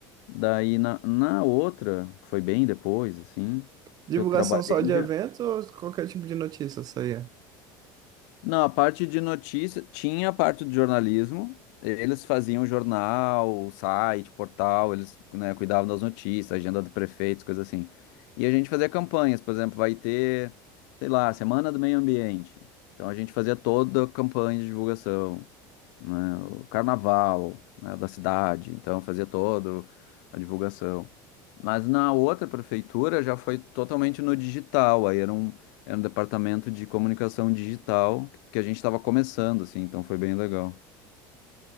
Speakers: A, on the left; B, on the right.
A: Daí na, na outra, que foi bem depois, assim,
B: Divulgação
A: que eu trabalhei.
B: só de
A: já
B: evento ou qualquer tipo de notícia, isso aí?
A: Não, a parte de notícia, tinha a parte do jornalismo, eles faziam jornal, site, portal, eles, né, cuidavam das notícias, agenda do prefeito, coisas assim. E a gente fazia campanhas, por exemplo, vai ter, sei lá, Semana do Meio Ambiente. Então a gente fazia toda a campanha de divulgação né, o carnaval, né, da cidade, então fazia todo a divulgação. Mas na outra prefeitura já foi totalmente no digital, aí era um, era um departamento de comunicação digital que a gente estava começando, assim, então foi bem legal.